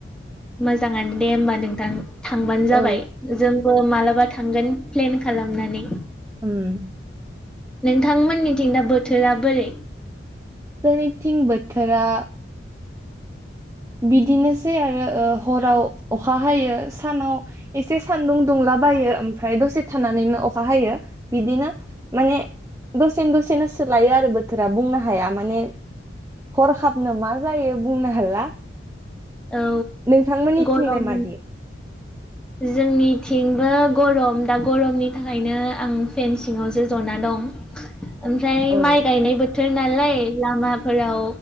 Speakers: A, in the centre; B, on the right.
A: मोजाङानो दे होमबा नोंथां थांबानो जाबाय
B: औ
A: जों बो मालाबा थांगोन प्लेन खालामनानै।
B: उम।
A: नोंथांमोननिथिं दा बोथोरा बोरै?
B: जोंनिथिं बोथोरा बिदिनोसै आरो ओ हराव अखा हायो सानाव एसे सान्दुं दुंला बायो ओमफ्राय दसे थानानैनो अखा हायो बिदिनो माने दसेनो दसेनो सोलायो आरो बोथोरा बुंनो हाया माने हरखाबनो मा जायो बुंनो हाला।
A: औ
B: नोंथांमोननि
A: गरम
B: थिंलाय मादि?
A: जोंनिथिंबो गरम दा गरमनि थाखायनो आं फेन सिङावसो जना दं।
B: <inaudible>
A: ओमफ्राय
B: औ
A: माइ गायनाय बो बोथोर नालाय लामाफोराव